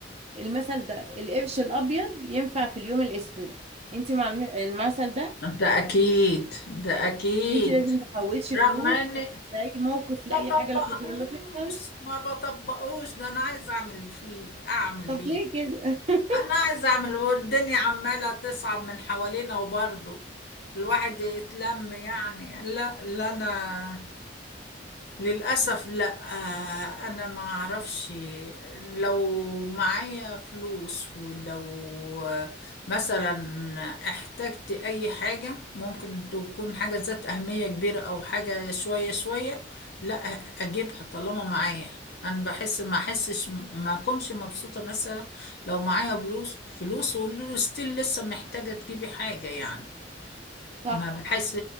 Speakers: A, on the right; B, on the left.
A: المثل ده القرش الابيض ينفع في اليوم الاسود انت مع الم- المثل ده
B: ده اكيد ده اكيد
A: انت لازم تحوشي
B: رغم
A: فلوس
B: اني
A: <laughs> لاي موقف لاي
B: ما بطبقهوش
A: حاجه لا قدر الله تحصل
B: ما بطبقهوش ده انا عايز اعمل فيه اعمل
A: طب
B: بيه
A: ليه كده <laughs>
B: انا عايز اعمل والدنيا عماله تصعب من حوالينا وبرضه الواحد يتلم يعني لا لا انا للأسف لا آه، أنا ما أعرفش لو معايا فلوس ولو آه، مثلا احتجت أي حاجة ممكن تكون حاجة ذات أهمية كبيرة أو حاجة شوية شوية لا أجيبها طالما معايا أنا بحس ما أحسش ما أكونش مبسوطة مثلا لو معايا فلوس فلوس وستيل لسه محتاجة تجيبي حاجة يعني
A: صح
B: ما بحس